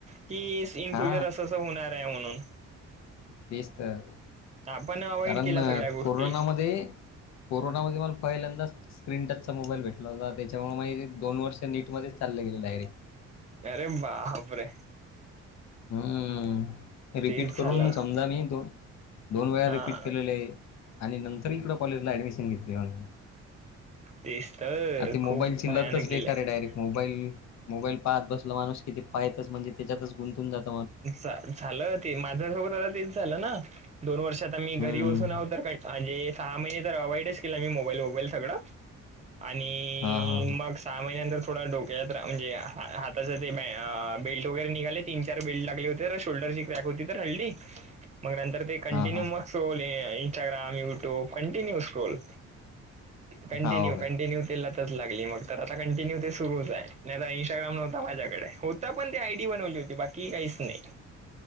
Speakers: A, on the right; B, on the left.
A: की इन
B: हा
A: फ्युचर असं असं होणार आहे म्हणून.
B: तेच तर
A: आपण अवॉइड
B: कारण
A: केल्या सगळ्या गोष्टी
B: कोरोनामध्ये. कोरोनामध्ये मला पहिल्यांदाच. स्क्रीन टचचा मोबाईल भेटला होता त्याच्यामुळे माझी दोनर्ष नीटमध्ये चालले गेले डायरेक.
A: अरे बाप रे.
B: हम्म. रिपीट
A: तेच
B: करून
A: झालं ना.
B: समजा म दोन दोन वेळा
A: हा
B: रिपीट केलेले आहे. आणि नंतर इकड कॉलेजला ऍडमिशन घेतली मग.
A: तेच तर
B: आरे ती मोबाईलची
A: खूप भयानक
B: लतच बेकार
A: गेलंय
B: आहे डायरेक्ट मोबाईल. मोबाईल पाहत बसला माणूस कि तो पाहतच म्हणजे त्याच्यातच गुंतून जात.
A: झालं ते माझ्यासोबत आता तेच झालं ना. दोन वर्षात आम्ही घरी
B: हम्म
A: बसून आहो तर का म्हणजे सहा महिने तर अवाइडच केला म्ही मोबाईल वबाईल सगळं. आणि
B: हा हा
A: मग स सहा महिन्यानंतर थोडा डोक्यात रा म्हणजे हा हाताचा ते आ बेल्ट वगैरे निघाले. चार बेल्ट लागले होते शोल्डरची क्रॅक होती तर हड्डी मग नंतर ते कंटिन्यू
B: हा हा हा
A: मग. साल ये इंस्टाग्राम, युटुब‌ कनटूनू स्क्रोल. कंटिन्यू
B: हा हो काय
A: कटन्यूला लागली मग तर आता कंटिन्यू ते सुरूच इंस्टाग्राम नव्हता माझ्याकडे होता पण ते आयडी बनवली होती बाकी की काहीस नाही.